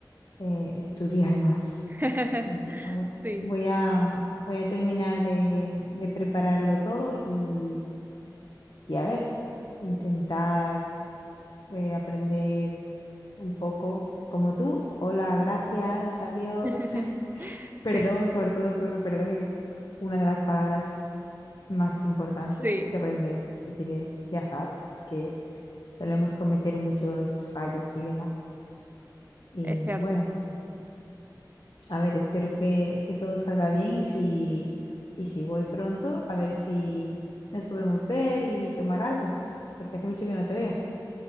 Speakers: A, on the left; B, on the right.
A: eh, estudiar más.
B: <laughs>
A: Mm, A ver,
B: Sí,
A: voy a, voy a terminar de, de prepararlo todo y, y a ver, intentar eh, aprender un poco como tú. Hola, gracias, adiós.
B: <laughs>
A: <laughs>
B: sí,
A: Perdón, sobre todo creo que perdón es una de las palabras más importantes
B: sí,
A: que aprender cuando quieres viajar, porque solemos cometer muchos fallos y demás. Y
B: es
A: bueno.
B: cierto.
A: A ver, espero que, que todo salga bien y si, y si voy pronto, a ver si nos podemos ver y tomar algo, porque hace mucho que no te veo.